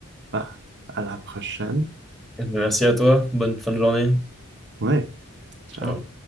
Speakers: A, on the right; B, in the centre.
A: bah, à la prochaine.
B: Merci à toi, bonne fin de journée.
A: Ouais, ciao.
B: Ciao.